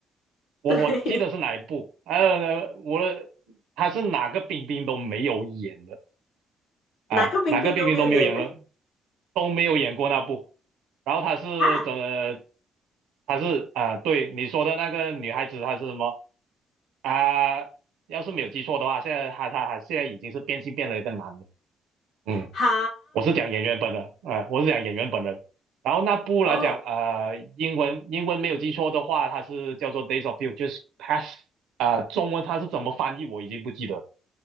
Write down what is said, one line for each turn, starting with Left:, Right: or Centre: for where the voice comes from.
Right: 我我记得是哪一部，
Left: <laughs> 对，
Right: 呃，无论他是哪个冰冰都没有演的啊，
Left: 哪个冰冰都没有演呢？
Right: 哪个冰冰都没有演过，都没有演过那部。然后他是怎么？
Left: 啊
Right: 他是啊、对你说的那个女孩子，她是什么啊、要是没有记错的话，现在她她她现在已经是变性变了一个男的。嗯，
Left: 哈，
Right: 我是讲演员本人，呃，我是讲演员本人。然后那部来讲，
Left: 哦，
Right: 呃，英文英文没有记错的话，它是叫做《Days of Future Past》啊、中文它是怎么翻译我已经不记得。